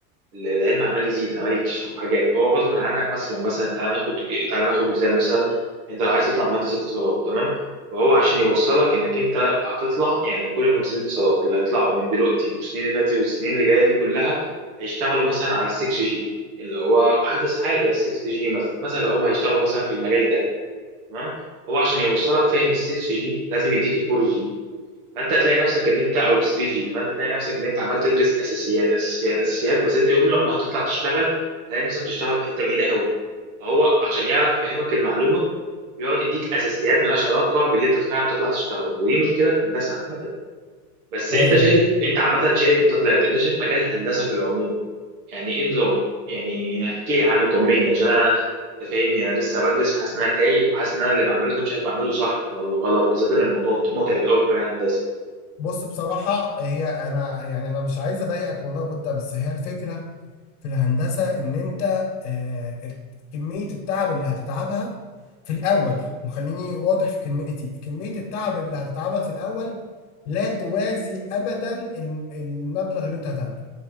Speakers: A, on the right; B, on the left.
A: العلم عمال يزيد عمال يكتشفوا في حاجات هو غصب عنك مثلا مثلا تعال ناخد تعال ناخد مثال مثلا انت لو عايز تطلع مهندس اتصالات تمام فهو عشان يوصلك انك انت هتطلع يعني كل مهندسين الاتصالات اللي هيطلعوا من دلوقتي والسنين اللي فاتت والسنين اللي جايه دي كلها هيشتغلوا مثلا على ال 6 جي اللي هو احدث حاجه ال 6 جي مثلا مثلا لو هم هيشتغلوا مثلا في المجال ده تمام هو عشان يوصلك فاهم ال 6 جي لازم يديك ال 4 جي فانت هتلاقي نفسك ان انت او 3 جي فانت هتلاقي نفسك ان انت عمال تدرس اساسيات اساسيات اساسيات بس انت يوم لما هتطلع تشتغل هتلاقي نفسك بتشتغل في حته بعيده قوي فهو عشان يعرف يفهمك المعلومه بيقعد يديك اساسيات ملهاش علاقه باللي انت فعلا بتطلع تشتغله ودي مشكله في هندسه عامه بس انت
B: ايوه
A: شايف انت عامه شايف انت طلعت انت شايف مجال الهندسه في العموم يعني ايه نظامه يعني احكي لي عنه طمني عشان انا انت فاهمني انا لسه بدرس فحاسس ان انا تايه وحاسس ان انا اللي بعمله ده مش عارف بعمله صح ولا غلط بالذات ان الموضوع متعب قوي في مجال الهندسه
B: بص بصراحة هي أنا يعني أنا مش عايز أضايقك والله يا بودة بس هي الفكرة في الهندسة إن أنت آه، كمية التعب اللي هتتعبها في الأول وخليني واضح في كلمتي كمية التعب اللي هتتعبها في الأول لا توازي أبدا الم- المبلغ اللي أنت هتاخده